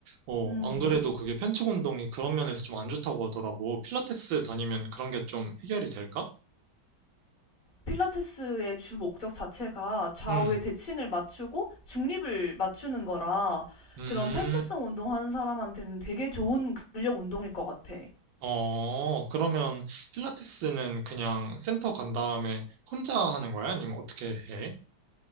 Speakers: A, on the right (about 75°); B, on the left (about 35°).
A: 어,
B: 음.
A: 안 그래도 그게 편측 운동이 그런 면에서 좀 안 좋다고 하더라고. 필라테스 다니면 그런 게 좀 해결이 될까?
B: 필라테스의 주 목적 자체가 좌우의
A: 음,
B: 대칭을 맞추고 중립을 맞추는 거라
A: 음,
B: 그런 편측성 운동하는 사람한테는 되게 좋은 근력 운동일 것 같아.
A: 어, 그러면 필라테스는 그냥 센터 간 다음에 혼자 하는 거야? 아니면 어떻게 해?